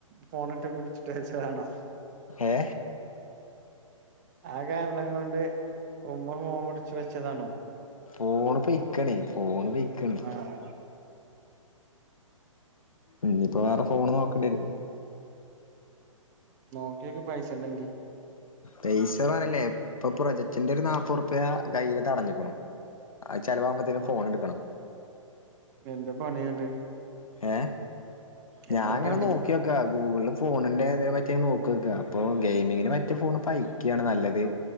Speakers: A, on the right; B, on the left.
A: ഫോണന്റെ പി ടി ച്ച് വച്ചതാണോ
B: ഏ
A: ആ കാരണം കൊണ്ട് ഉമ്മ ഫോൺ പിടിച്ചു വ ച്ചതാണോ
B: ഫോണ് പൊയിക്കാണേ ഫോണ് പൊയ്ക്ണ്
A: ആഹ്
B: ഉ ഇപ്പൊ വേറെ ഫോണ് നോക്കേണ്ടി വരും
A: നോക്കിയൊക്ക് പൈസണ്ടങ്കി
B: തയ്സ് സമാനല്ലെ <unintelligible> പ്രൊജക്റ്റ് എന്റെ ഒരു നാപ്പർപ്യ കയ്യില് തടഞ്ഞക്കണു അത് ചെിലവവുമ്പോത്തേും
A: ആഹ്
B: ഫോൺ എടുക്കണം
A: എന്താ പണി ഇങ്ങട്ട്
B: ഏ ഞാൻ
A: എന്താ
B: അങ്ങനെ
A: പണി
B: നോക്കിക്കാ ഗൂഗിള ഫോണിന്റെ തിനെപറ്റിയ നോക്കക്ക അപ്പൊ ഗെയിമിങ്ങിന് പറ്റിയ ഫോണ് ഇ ഐക്കാണ് നല്ലത്